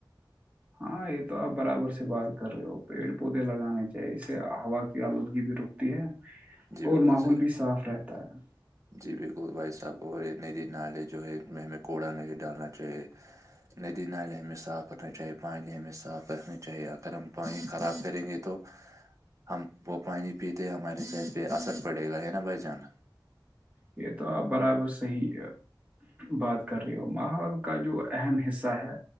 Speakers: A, on the right; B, on the right.
A: ہاں یہ تو آپ برابر سے بات کر رہے ہو پیڑ پودے لگانے چاہیے اس سے ہوا کی آلودگی بھی رک ہے
B: جی
A: اور
B: بالکل
A: ماحول
B: صحیح
A: بھی صاف رہتا ہے
B: جی بالکل بھائی صاحب اور ندی نالے جو ہے ان میں ہمیں کوڑا نہیں ڈالنا چاہیے ندی نالے ہمیں صاف رکھنا چاہیے پانی ہمیں صاف رکھنا چاہیے اگر ہم پانی خراب کریں گے تو تو ہم وہ پانی پیتے ہمارے صحت پہ اثر پڑے گا ہے نا بھائی جان
A: یہ تو آپ برابر صحیح بات کر رہی ہو ماحول کا جو اہم حصہ ہے